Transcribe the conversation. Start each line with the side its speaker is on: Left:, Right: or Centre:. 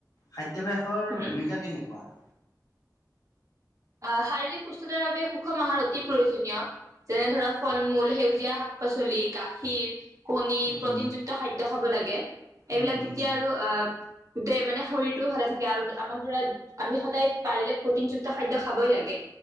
Left: খাদ্যভ্যাসৰ
Right: উম।
Left: ভূমিকা কেনেকুৱা? <inaudible>
Right: আহ শাৰীৰিক সুস্থতাৰ বাবে সুষম আহাৰ অতি প্ৰয়োজনীয় যেনে ধৰক ফল মূল, সেউজীয়া শাক পাচলি, গাখীৰ, কণী
Left: উম,
Right: প্ৰটিনযুক্ত খাদ্য খাব লাগে কিএ এইবিলাক
Left: উম, উম,
Right: তেতিয়া আৰু আহ গোটেই মানে শৰীৰটোও ভালে থাকে আৰু আমাক ধৰা আমি সদায় পাৰিলে প্ৰটিনযুক্ত খাদ্য খাবই লাগে।